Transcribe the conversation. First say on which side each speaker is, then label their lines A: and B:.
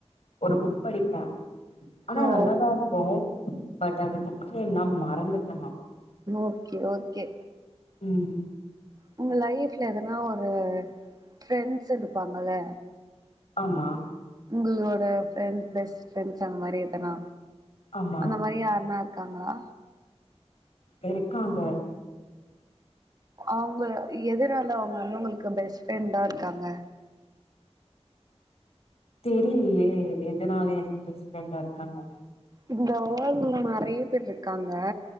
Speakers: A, on the left; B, on the right.
A: ஒரு புக் படிப்பே ஆனா
B: ஓ
A: நல்லாதா இருக்கும் பட் அது புக் நேம்லா மறந்துட்ட நா
B: ஓகே ஓகே
A: உம்
B: உங்க லைஃப்ல எதனா ஒரு ஃப்ரெண்ட்ஸ் இருப்பாங்கல்ல
A: ஆமா
B: உங்களோட ஃப்ரெண்ட்ஸ் பெஸ்ட் ஃப்ரெண்ட்ஸ் அந்த மாரி எதனா
A: ஆமா
B: அந்த மாரி யார்னா இரு க்காங்ளா
A: இருக்காங்க
B: அவுங்க எதுனால அவுங்க வந்து உங்களுக் பெஸ்ட் ஃப்ரெண்டா இருக்காங்க
A: தெரியலயே எதுனால எனக் பெஸ்டஃபிரண்டா இருக்காங்கன்னு
B: இந்த உறவுகள் நறைய பேர் இருக்காங்க